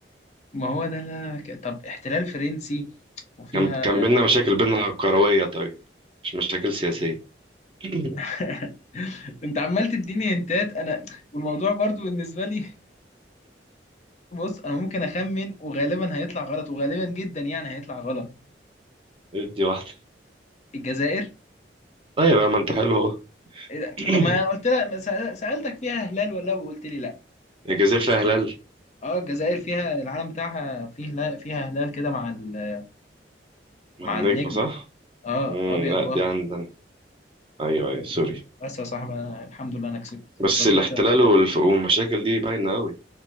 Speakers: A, on the left (about 40°); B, on the right (about 30°).
A: ما هو ده اللي انا بك... طب احتلال فرنسي وفيها
B: كان كان بينا مشاكل بينا كروية طيب مش مشاكل سياسية <laughs>
A: <laughs> انت عمال تديني هنتات انا والموضوع برضو بالنسبه لي بص انا ممكن اخمن وغالبا هيطلع غلط وغالبا جدا يعني هيطلع غلط
B: ادي واحدة
A: الجزائر
B: طيب يا ما انت حلو اهو
A: إيه ده؟
B: <clears throat>
A: طب ما انا قلت لك سأل- سالتك فيها هلال ولا لا، وقلت لي لا
B: الجزائر فيها هلال
A: اه الجزائر فيها العلم بتاعها فيه هلال فيها هلال كده مع ال...
B: مع
A: مع
B: النجمة
A: النجمه
B: صح؟
A: اه
B: مم
A: ابيض
B: لا
A: واخضر
B: دي عندنا ايوه ايوه سوري
A: بس يا صاحبي أنا الحمد لله انا كسبت
B: بس
A: رديت
B: الاحتلال
A: شرفي تاني
B: والف- والمشاكل دي باينة قوي